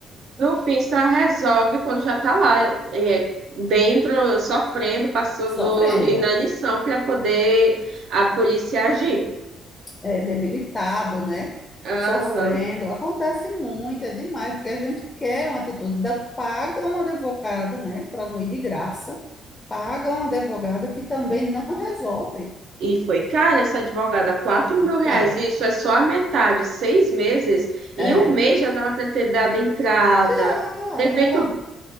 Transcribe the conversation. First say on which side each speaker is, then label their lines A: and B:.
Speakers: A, on the right; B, on the left.
A: No fim, só resolve quando já está lá, é, dentro, sofrendo, passando
B: sofrendo.
A: inanição para poder a polícia agir.
B: é, debilitado, né?
A: Aham.
B: Sofrendo. Acontece muito, é demais, porque a gente quer uma atitude da paga um advogado, né? Para não ir de graça, paga um advogado que também não resolve.
A: E foi cara essa advogada, quatro
B: Muito
A: mil reais,
B: caro.
A: isso é só a metade, seis meses. Em
B: É.
A: um mês já dava para ter dado entrada,
B: Ah,
A: ter
B: e
A: feito.
B: ela